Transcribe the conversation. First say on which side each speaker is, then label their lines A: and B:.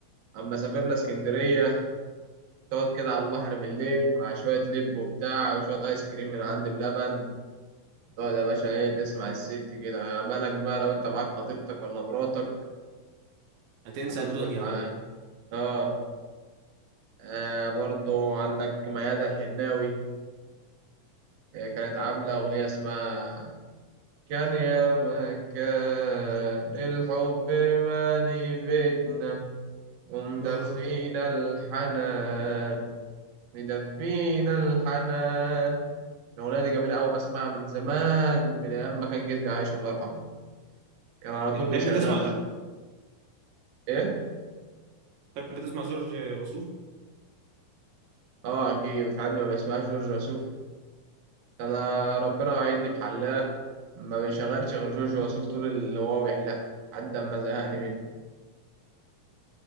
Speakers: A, on the right (about 60°); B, on the right (about 75°).
A: اما سافرنا اسكندريه تقعد كده على البحر بالليل مع شويه لب وبتاع وشويه ايس كريم من عند بلبن تقعد يا باشا ايه تسمع الست كده يا بالك بقى لو انت معاك خطيبتك ولا مراتك
B: هتنسى
A: هتظبط
B: الدنيا
A: معاك
B: بقى
A: اه, آه برضه عندك ميادة الحناوي هي كانت عاملة أغنية اسمها كان يا ما كان الحب مالي بيتنا ومدفينا
B: اه
A: الحنان مدفينا الحنان الأغنية دي جميلة أوي بسمعها من زمان من أيام ما كان جدي عايش الله يرحمه كان على
B: بتحب
A: طول بيشغلها
B: تسمع
A: إيه؟
B: بتحب تسمع جورج وسوف
A: آه أكيد في حد ما بيسمعش جورج وسوف أنا
B: <laughs>
A: ربنا وعدني بحلاق ما بيشغلش غير جورج وسوف طول اللي هو بيحلق لحد ما زهقني منه